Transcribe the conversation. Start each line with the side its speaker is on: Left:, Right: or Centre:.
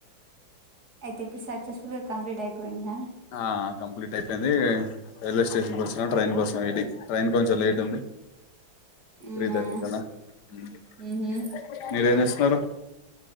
Right: అయితే ఇప్పుడు సక్సెస్ఫుల్ గా కంప్లీట్ అయిపోయిందా
Left: ఆ కంప్లీట్ అయిపోయింది రైల్వే స్టేషన్ కొచ్చినా ట్రైన్ కోసం వెయిటింగ్ ట్రైన్ కొంచెం లేట్ ఉంది
Right: అవునా
Left: త్రీ థర్టీ కల్ల <unintelligible>
Right: ఉహు
Left: సారు